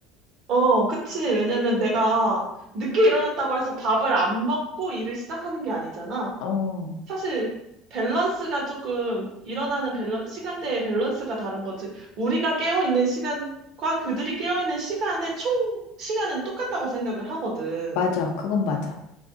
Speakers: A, on the right; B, on the left.
A: 어, 그치. 왜냐면 내가 늦게 일어났다고 해서 밥을 안 먹고 일을 시작하는 게 아니잖아.
B: 어,
A: 사실 밸런스가 조금 일어나는 밸런 시간대의 밸런스가 다른 거지. 우리가 깨어 있는 시간과 그들이 깨어 있는 시간의 총 시간은 똑같다고 생각을 하거든.
B: 맞아. 그건 맞아.